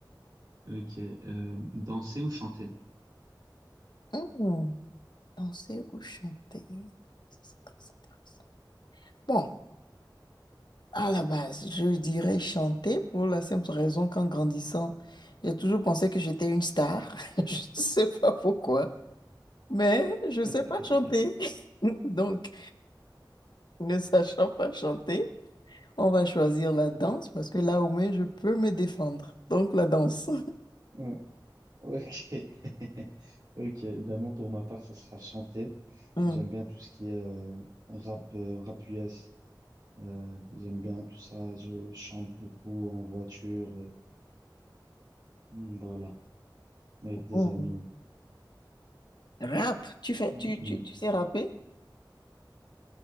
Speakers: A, on the right; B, on the left.
A: Ok. euh, danser ou chanter?
B: Hmm, Danser ou chanter? Ça, C'est très intéressant. Bon, à la base, je dirais chanter pour la simple raison qu'en grandissant, j'ai toujours pensé que j'étais une star. <laughs> Je ne sais pas pourquoi, mais je ne
A: <laughs>
B: sais pas chanter. <laughs> Donc, Ne sachant pas chanter, on va choisir la danse parce que là au moins je peux me défendre. Donc la danse.
A: Ouais, Ok. <laughs> Ok. Ben moi, pour ma part, ça sera chanter.
B: Hmm.
A: J'aime bien tout ce qui est euh, rap, euh, rap US. Euh, j'aime bien tout ça. Je chante beaucoup en voiture. euh, mm, voilà. Avec des
B: Mm.
A: amis.
B: Rap, tu fais,
A: Mm,
B: tu,
A: mm.
B: tu, tu sais rapper?